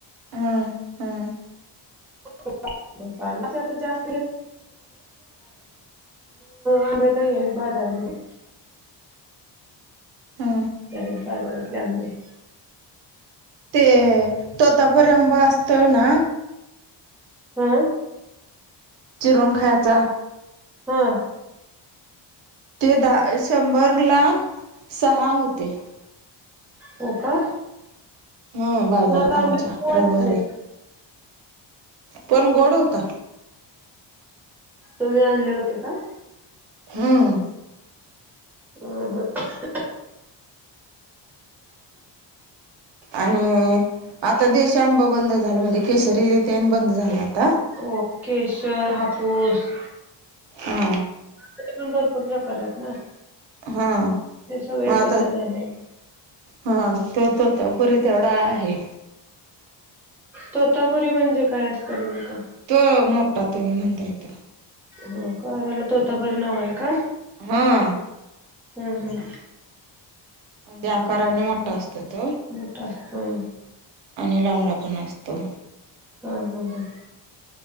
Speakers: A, on the right; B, in the centre.
A: हां. हा.
B: <unintelligible> त्यामुळं आंबे नाहीये बाजारा मध्ये.
A: हा
B: आहेत बाजारातले आंबे.
A: ते तोतापुरी आंबा असतोय ना.
B: ह..
A: चिरून खायाचा.
B: हा.
A: ते दहा शंभर ला सहा होते.
B: हो का.
A: हो बाजारात
B: मग आता
A: आमच्या
B: आंबे खाऊ वाटत
A: रविवारी
B: नाही
A: पण गोड होता.
B: तुम्ही आणले होते का.
A: हम्म.
B: <unintelligible>
A: आणि आता देशीआंबा बंद झाला. म्हणजे केसरी तेन बंद झाला आता.
B: ओकेश्वर हापूस.
A: आ..
B: ते पण भरपूर प्रकार आहेत ना,
A: हा
B: ते सगळे
A: मग आता
B: बंद झाले.
A: हा तोतापुरी तेवढा आहे.
B: तोतापुरी म्हणजे काय असतं नेमकं.
A: तो मोठा तुम्ही म्हणताय तो.
B: हो का त्याला तोता नाव आहे का.
A: ह..
B: ह हं.
A: ते आकारान मोठ‌ं असतात त.
B: मोठा हं..
A: आणि लांबडा पण असतो.
B: हम हम हम.